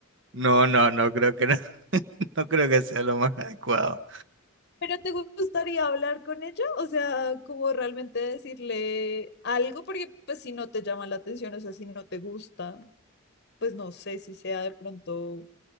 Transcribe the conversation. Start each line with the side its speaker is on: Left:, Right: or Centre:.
Right: No, no, no creo que no, <laughs> no creo que sea lo más adecuado.
Left: ¿Pero te gustaría hablar con ella? O sea, como realmente decirle algo, porque pues si no te llama la atención, o sea, si no te gusta, pues no sé si sea de pronto